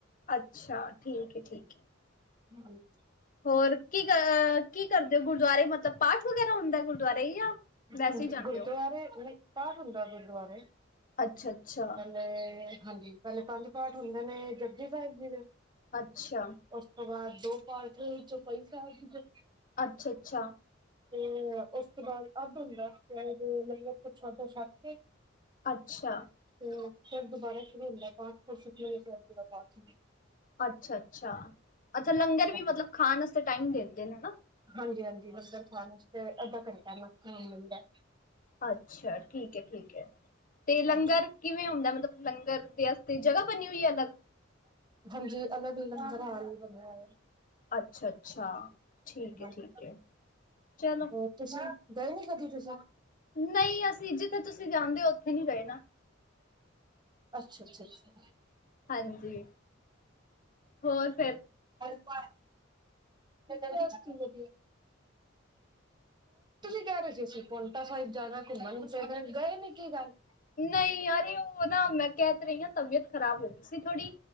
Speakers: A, on the left; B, on the right.
A: ਅੱਛਾ, ਠੀਕ ਏ, ਠੀਕ ਏ।
B: ਹਾਂਜੀ।
A: ਹੋਰ ਕੀ ਅ, ਕੀ ਕਰਦੇ ਗੁਰਦੁਆਰੇ ਮਤਲਬ ਪਾਠ ਵਗੈਰਾ ਹੁੰਦਾ ਗੁਰਦੁਆਰੇ ਜਾਂ ਵੈਸੇ
B: ਹਾਂਜੀ,
A: ਹੀ ਜਾਂਦੇ
B: ਗੁਰਦੁਆਰੇ
A: ਹੋ
B: ਨਈ ਪਾਠ ਹੁੰਦਾ ਗੁਰਦੁਆਰੇ।
A: ਅੱਛਾ -ਅੱਛਾ।
B: ਪੇਲੇ ਹਾਂਜੀ ਪੇਲੇ ਪੰਜ ਪਾਠ ਹੁੰਦੇ ਨੇ ਜਪਜੀ ਸਾਹਿਬ ਜੀ ਦੇ।
A: ਅੱਛਾ।
B: ਓਸ ਤੋਂ ਬਾਅਦ ਦੋ ਪਾਠ ਚੌਪਈ ਸਾਹਿਬ ਜੀ ਦੇ।
A: ਅੱਛਾ -ਅੱਛਾ।
B: ਤੇ ਓਸ ਤੋਂ ਬਾਅਦ ਅੱਧ ਹੁੰਦਾ, ਸ਼ਾਏਦ ਲੰਗਰ ਪ੍ਰਸ਼ਾਦਾ ਛੱਕ ਕੇ
A: ਅੱਛਾ।
B: ਤੇ ਓ, ਫਿਰ ਦੁਬਾਰਾ ਸ਼ੁਰੂ ਹੁੰਦਾ ਪਾਠ, ਫਿਰ ਸੁਖਮਨੀ ਸਾਹਿਬ ਜੀ ਦਾ ਪਾਠ ਹੁੰਦਾ।
A: ਅੱਛਾ- ਅੱਛਾ, ਅੱਛਾ ਲੰਗਰ
B: ਹੁੰਦਾ।
A: ਵੀ ਮਤਲਬ ਖਾਣ ਵਾਸਤੇ ਟਾਈਮ ਦਿੰਦੇ ਨੇ ਹਨਾ।
B: ਹਾਂਜੀ -ਹਾਂਜੀ ਲੰਗਰ ਖਾਣ ਵਾਸਤੇ ਅੱਧਾ ਘੰਟਾ ਮੈਕਸੀਮਮ ਮਿਲਦਾ।
A: ਅੱਛਾ, ਠੀਕ ਏ- ਠੀਕ ਏ। ਤੇ ਲੰਗਰ
B: ਹਾਂਜੀ।
A: ਕਿਵੇਂ ਹੁੰਦਾ ਮਤਲਬ, ਲੰਗਰ ਦੇ ਵਾਸਤੇ ਜਗ੍ਹਾ ਬਣੀ ਹੋਈ ਏ ਅਲੱਗ।
B: ਹਾਂਜੀ, ਅਲੱਗ ਲੰਗਰ ਹਾਲ ਵੀ ਬਣੇਆ ਹੋਏਆ।
A: ਅੱਛਾ- ਅੱਛਾ ਠੀਕ
B: ਹਾਂਜੀ
A: ਏ-ਠੀਕ ਏ, ਚਲੋ।
B: ਹੋਰ ਤੁਸੀਂ ਗਏ ਨੀ ਕਦੀ ਤੁਸੀਂ।
A: ਨਈ ਅਸੀਂ ਜਿੱਥੇ ਤੁਸੀਂ ਜਾਂਦੇ ਓ, ਓਥੇ ਨਈ ਗਏ ਨਾ।
B: ਅੱਛਾ- ਅੱਛਾ -ਅੱਛਾ।
A: ਹਾਂਜੀ ਹੋਰ ਫਿਰ
B: <inaudible> <inaudible> ਹੋਰ ਤੁਸੀਂ ਕੈ ਰਏ ਸੀ, ਅਸੀਂ ਪੋਂਟਾ ਸਾਹਿਬ ਜਾਣਾ, ਘੁੰਮਣ ਜਾਣਾ ਗਏ ਨੀ ਕੀ ਗੱਲ?
A: ਨਈ ਯਾਰ ਓ, ਨਾ, ਮੈਂ, ਕੈ ਤਾ ਰਈ ਆ, ਤਬੀਅਤ ਖਰਾਬ ਹੋ ਗਈ ਸੀ ਥੋੜ੍ਹੀ।